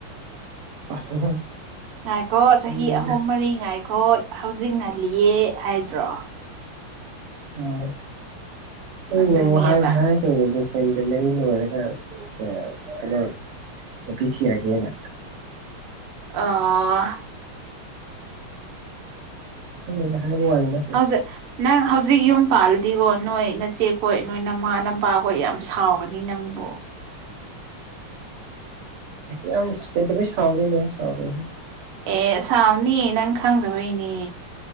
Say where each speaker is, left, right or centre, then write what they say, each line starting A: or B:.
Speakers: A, on the right; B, on the right.
A: <unintelligible>
B: ꯉꯥꯏꯈꯣ ꯆꯍꯤ
A: ꯑꯩꯅ
B: ꯑꯍꯨꯝ ꯃꯔꯤ ꯉꯥꯏꯈꯣ ꯍꯧꯖꯤꯛ ꯉꯜꯂꯤꯌꯦ ꯍꯥꯏꯗ꯭ꯔꯣ
A: ꯍꯥꯏ <unintelligible>
B: ꯑꯗꯨꯅꯦꯕ
A: ꯍꯥꯏ ꯍꯥꯏ ꯑꯈꯣꯏꯅꯗꯤ ꯁꯦꯟꯇꯦꯟꯅꯔꯤ ꯂꯣꯏꯔꯒ ꯀꯩꯅꯣ ꯅꯨꯄꯤ ꯊꯤꯔꯒꯦꯅ
B: ꯑꯣ
A: ꯈꯪꯗꯦꯗ ꯍꯥꯏꯕꯋꯅꯤꯗ
B: ꯍꯧꯖꯤꯛ ꯅꯪ ꯍꯧꯖꯤꯛ ꯌꯨꯝ ꯄꯥꯜꯂꯗꯤꯀꯣ ꯅꯣꯏ ꯅꯆꯦꯈꯣꯏ ꯅꯣꯏ ꯅꯃꯥ ꯅꯄꯥꯈꯣꯏ ꯌꯥꯝ ꯁꯥꯎꯒꯅꯤ ꯅꯪꯕꯨ
A: ꯌꯥꯝ ꯀꯩꯗꯧꯕꯩ ꯁꯥꯎꯗꯣꯏꯅꯣꯍꯦ ꯁꯥꯎꯔꯣꯏꯍꯦ
B: ꯑꯦ ꯁꯥꯥꯎꯅꯤ ꯅꯪ ꯈꯪꯗꯕꯩꯅꯦ